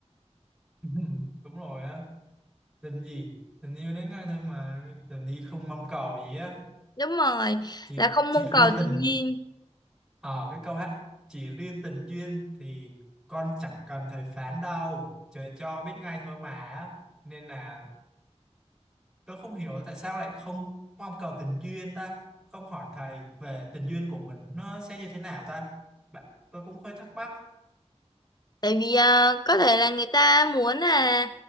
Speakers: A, in the centre; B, on the left (about 35°).
A: <laughs> đúng rồi á tình gì tình yêu đến ngay thôi mà tình gì không mong cầu gì á
B: đúng rồi
A: chỉ
B: là không
A: chỉ
B: mong
A: riêng
B: cầu
A: tình
B: tình duyên
A: Ờ cái câu hát chỉ riêng tình duyên thì con chẳng cần thầy phán đâu trời cho biết ngay thôi mà á. nên là tôi không hiểu tại sao lại không mong cầu tình duyên ta không hỏi thầy về tình duyên của mình nó sẽ như thế nào ta bạn tôi cũng hơi thắc mắc
B: tại vì à, có thể là người ta muốn là